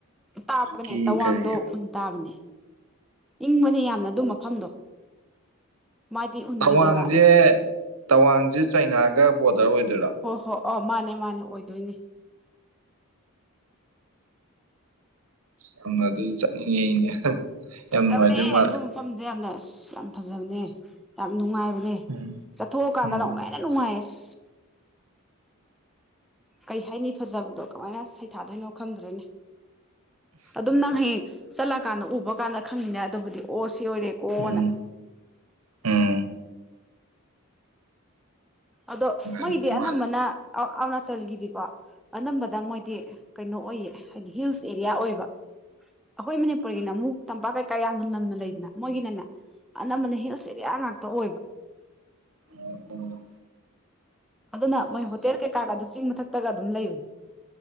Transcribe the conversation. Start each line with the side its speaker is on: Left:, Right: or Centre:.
Centre: ꯇꯥꯕꯅꯦ
Right: ꯍꯧꯖꯤꯛꯀꯤ
Centre: ꯇꯋꯥꯡꯗꯣ
Right: ꯀꯔꯤ
Centre: ꯎꯟ ꯇꯥꯕꯅꯦ ꯏꯪꯕꯅꯦ ꯌꯥꯝꯅ ꯑꯗꯨ ꯃꯐꯝꯗꯣ ꯃꯥꯗꯤ ꯎꯟꯒꯤ
Right: ꯇꯋꯥꯡꯁꯦ
Centre: ꯖꯒꯥꯅꯦ
Right: ꯇꯋꯥꯡꯁꯦ ꯆꯩꯅꯥꯒ ꯕꯣꯔꯗꯔ ꯑꯣꯏꯗꯣꯏꯔꯥ
Centre: ꯍꯣꯏ ꯍꯣꯏ ꯑꯧ ꯃꯥꯅꯦ ꯃꯥꯅꯦ ꯑꯣꯏꯗꯣꯏꯅꯦ
Right: ꯁꯝꯅ ꯑꯗꯨꯗꯤ ꯆꯠꯅꯤꯡꯉꯦ ꯑꯩꯅꯦ ꯌꯥꯝ
Centre: ꯐꯖꯕꯅꯦ
Right: ꯅꯨꯡꯉꯥꯏꯗꯣꯏ ꯃꯥꯜꯂꯦ
Centre: ꯑꯗꯨ ꯃꯐꯝꯗ ꯌꯥꯝꯅ ꯑꯁ ꯌꯥꯝ ꯐꯖꯕꯅꯦ ꯌꯥꯝ ꯅꯨꯡꯉꯥꯏꯕꯅꯦ
Right: ꯎꯝ
Centre: ꯆꯠꯊꯣꯛꯑꯀꯥꯟꯗ
Right: ꯎꯝ
Centre: ꯅꯃꯥꯏꯅ ꯅꯨꯡꯉꯥꯏꯌꯦ ꯑꯁ ꯀꯩ ꯍꯥꯏꯅꯤ ꯐꯖꯕꯗꯣ ꯀꯃꯥꯏꯅ ꯁꯩꯊꯥꯗꯣꯏꯅꯣ ꯈꯪꯗ꯭ꯔꯣꯏꯅꯦ ꯑꯗꯨꯝ ꯅꯪ ꯍꯌꯦꯡ ꯆꯠꯂꯀꯥꯟꯗ ꯎꯕ ꯀꯥꯟꯗ ꯈꯪꯉꯤꯅꯦ ꯑꯗꯨꯕꯨꯗꯤ ꯑꯣ ꯁꯤ ꯑꯣꯏꯔꯦꯀꯣꯅ
Right: ꯎꯝ ꯎꯝ
Centre: ꯑꯗꯣ
Right: ꯅꯨꯡꯉꯥꯏꯔꯝꯗꯣꯏ
Centre: ꯃꯣꯏꯒꯤꯗꯤ
Right: ꯃꯥꯜꯂꯦ
Centre: ꯑꯅꯝꯕꯅ ꯑꯔꯨꯅꯥꯆꯜꯒꯤꯗꯤꯀꯣ ꯑꯅꯝꯕꯗ ꯃꯣꯏꯗꯤ ꯀꯩꯅꯣ ꯑꯣꯏꯌꯦ ꯍꯥꯏꯗꯤ ꯍꯤꯜꯁ ꯑꯦꯔꯤꯌꯥ ꯑꯣꯏꯕ ꯑꯩꯈꯣꯏ ꯃꯅꯤꯄꯨꯔꯒꯤꯅ ꯑꯃꯨꯛ ꯇꯝꯄꯥꯛ ꯀꯩꯀꯥ ꯌꯥꯝꯅ ꯅꯝꯅ ꯂꯩꯗꯅ ꯃꯣꯏꯒꯤꯅꯅꯦ ꯑꯅꯝꯕꯅ ꯍꯤꯜꯁ ꯑꯦꯔꯤꯌꯥ ꯉꯥꯛꯇ ꯑꯣꯏꯕ
Right: ꯎ ꯎ
Centre: ꯑꯗꯨꯅ ꯃꯣꯏ ꯍꯣꯇꯦꯜ ꯀꯩꯀꯥꯒ ꯑꯗꯨ ꯆꯤꯡ ꯃꯊꯛꯇꯒ ꯑꯗꯨꯝ ꯂꯩꯕꯅꯦ